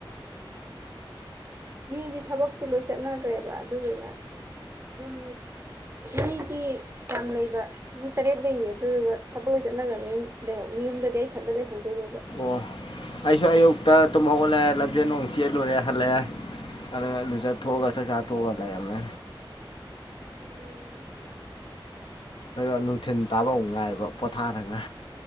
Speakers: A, on the right (about 30°); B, on the left (about 70°).
A: ꯃꯤꯗꯤ ꯊꯕꯛꯇꯤ ꯂꯣꯏ ꯆꯠꯅꯈ꯭ꯔꯦꯕ ꯑꯗꯨꯗꯨꯅ ꯌꯨꯝ ꯃꯤꯗꯤ ꯌꯥꯝ ꯂꯩꯕ ꯃꯤ ꯇꯔꯦꯠ ꯂꯩꯌꯦ ꯑꯗꯨꯗꯨꯒ ꯊꯕꯛ ꯂꯣꯏ ꯆꯠꯅꯒꯔꯝꯅꯤꯅ ꯂꯩꯍꯧ ꯃꯤ ꯌꯨꯝꯗꯗꯤ ꯑꯩ ꯊꯟꯇ ꯂꯩꯍꯧꯗꯣꯏꯅꯦꯕ
B: ꯑꯣ ꯑꯩꯁꯨ ꯑꯌꯨꯛꯇ ꯇꯨꯝ ꯍꯧꯒꯠꯂꯛꯑꯦ ꯂꯝꯖꯦꯟ ꯅꯨꯡ ꯆꯦꯜꯂꯨꯔꯦ ꯍꯜꯂꯛꯑꯦ ꯑꯗꯨꯒ ꯂꯨꯖꯊꯣꯛꯑꯒ ꯆꯥꯛ ꯆꯥ ꯇꯣꯛꯑꯒ ꯂꯩꯔꯝꯃꯦ
A: ꯎꯝ
B: ꯑꯗꯨꯒ ꯅꯨꯡꯊꯤꯟ ꯇꯥꯕ ꯑꯃꯨꯛ ꯉꯥꯏꯕ ꯄꯣꯊꯥꯔꯒ